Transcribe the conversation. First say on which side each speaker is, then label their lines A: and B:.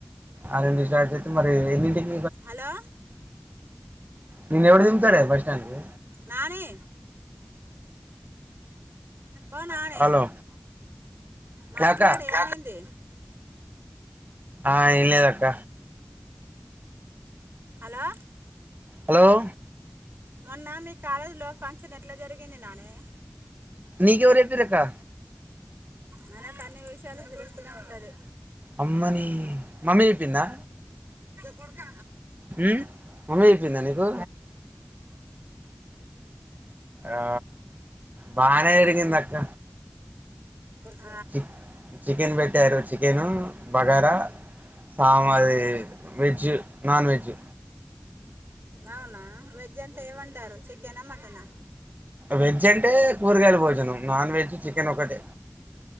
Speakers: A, on the right (about 45°); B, on the right (about 60°).
A: ఆరింటికి స్టార్ట్ చేస్తే మరి ఎన్నింటికి
B: హలో
A: నిన్ను ఎవడు దింపుతడే బస్ స్టాండ్కి
B: నాని ఓ నానే
A: హలో
B: మాట్లాడ
A: అక్క
B: ఏమైంది
A: ఆ ఇల్ద అక్క
B: హలో
A: హలో
B: మొన్న మీ కాలేజీ లో ఫంక్షన్ ఎట్లా జరిగింది నాని
A: నక ఎవరు చెపిన్రు అక్కా
B: మనకు అన్ని విషయలు తెలుస్తూనే ఉంటది
A: అమ్మని మమ్మీ చెప్పిందా
B: కొడుక
A: ఉమ్ మమ్మీ అయిపోయిందా నీకు ఆ బాన ఇరింగందక్క
B: ఆ
A: చక్ చికెన్ పెట్టారు చికెను బగారా సామాది వెజ్ నాన్ వెజ్
B: అవునా వెజ్ అంటే ఏమండారు చికెనా మటనా
A: వెజ్ అంటే కూరగాయల భోజనం నాన్ వెజ్ చికెన్ ఒకటే